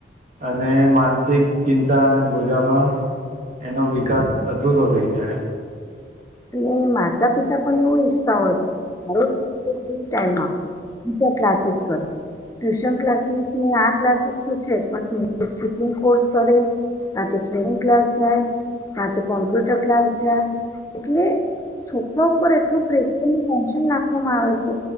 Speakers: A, on the right; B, on the left.
A: અને માનસ સિક ચિંતા અને બોજામાં એનો વિકાસ અધૂરો રહી જાય
B: અને માતા પિતા પણ એવું ઈચ્છતા હોય <unintelligible> ટમ ક્લાસીસ કર ટ્યુશન ક્લાસીસ ની આ ક્લાસીસ તો છે જ પણ સ્પીકિંગ કોર્સ કરે ના તો સ્વિમિંગ ક્લાસ જાય ના તો કોમ્પ્યુટર ક્લાસ જાય એટલે છોકરા ઉપર એટલું પ્રસર ટેન્શન નાખવામાં આવે છે